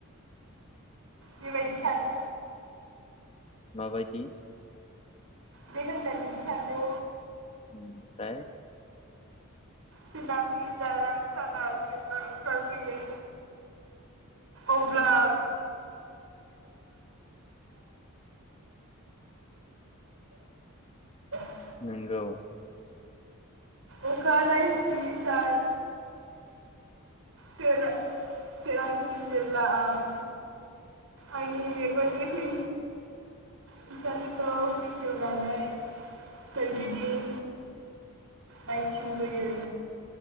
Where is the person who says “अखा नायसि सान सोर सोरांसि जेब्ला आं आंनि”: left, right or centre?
Right